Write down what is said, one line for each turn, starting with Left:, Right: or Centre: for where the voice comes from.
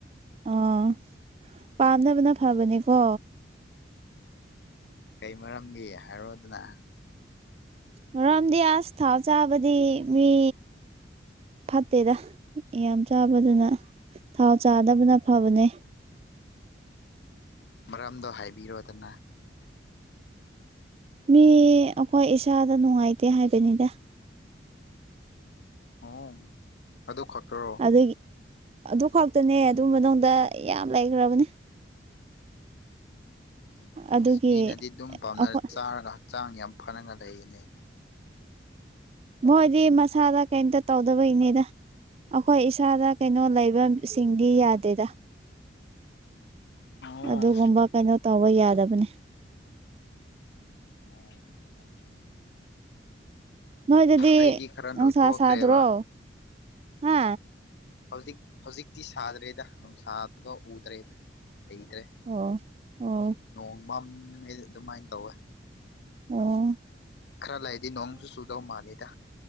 Right: ꯑꯥ ꯄꯥꯝꯅꯕꯅ ꯐꯕꯅꯤꯀꯣ
Left: ꯀꯩ ꯃꯔꯝꯒꯤ ꯍꯥꯏꯔꯣꯗꯅ
Right: ꯃꯔ ꯔꯝꯗꯤ ꯑꯁ ꯊꯥꯎꯆꯥꯕꯗꯤ ꯃꯤ ꯑꯠꯇꯦꯗ ꯌꯥꯝ ꯆꯥꯕꯗꯨꯅ ꯊꯥꯎ ꯆꯥꯗꯕꯅ ꯐꯕꯅꯦ
Left: ꯃꯔꯝꯗꯣ ꯍꯥꯏꯕꯤꯔꯣꯗꯅ
Right: ꯃꯤ ꯑꯩꯈꯣꯏ ꯏꯁꯥꯗ ꯅꯨꯡꯉꯥꯏꯇꯦ ꯍꯥꯏꯕꯅꯤꯗ <inaudible>
Left: ꯎ ꯑꯗꯨ ꯈꯛꯇꯔꯣ
Right: ꯑꯗꯨꯒꯤ ꯑꯗꯨ ꯈꯛꯇꯅꯦ ꯑꯗꯨ ꯃꯅꯨꯡꯗꯗ ꯌꯥꯝ ꯂꯩꯈ꯭ꯔꯕꯅꯦ
Left: ꯑꯦ
Right: ꯑꯗꯨꯒꯤ
Left: ꯃꯤꯅꯗꯤ ꯑꯗꯨꯝ ꯄꯥꯝꯅꯔ
Right: ꯑꯩꯈꯣꯏ
Left: ꯆꯥꯔꯒ ꯍꯛꯆꯥꯡ ꯌꯥꯝ ꯐꯔꯒ ꯂꯩꯅꯦ
Right: ꯃꯣꯏꯗꯤ ꯃꯁꯥꯗ ꯀꯩꯇ ꯇꯧꯗꯕꯩꯅꯦꯗ ꯑꯩꯈꯣꯏ ꯏꯁꯥꯗ ꯀꯩꯅꯣ ꯂꯩꯕ ꯁꯤꯡꯗꯤ ꯌꯥꯗꯦꯗ
Left: ꯑꯣ
Right: ꯑꯗꯨꯒꯨꯝꯕ ꯀꯩꯅꯣ ꯇꯧꯕ ꯌꯥꯗꯕꯅꯦ
Left: ꯑꯣ
Right: ꯅꯣꯏꯗꯗꯤ
Left: ꯑꯩꯗꯤ ꯈꯔ
Right: ꯅꯨꯡꯁꯥ
Left: ꯅꯣꯏꯊꯣꯛꯈ꯭ꯔꯦꯕ
Right: ꯁꯥꯗ꯭ꯔꯣ ꯍꯥ
Left: ꯍꯧꯖꯤꯛ ꯍꯧꯖꯤꯛꯇꯤ ꯁꯥꯗ꯭ꯔꯦꯗ ꯅꯨꯡꯁꯥꯕꯗꯣ ꯎꯗ꯭ꯔꯦꯗ ꯂꯩꯇ꯭ꯔꯦ
Right: ꯑꯣ ꯑꯣ
Left: ꯅꯣꯡꯃꯝꯃꯦ ꯑꯗꯨꯃꯥꯏꯅ ꯇꯧꯋꯦ
Right: ꯎꯝ
Left: ꯈꯔ ꯂꯩꯗꯤ ꯅꯣꯡꯁꯨ ꯆꯨꯗꯧ ꯃꯥꯜꯂꯤꯗ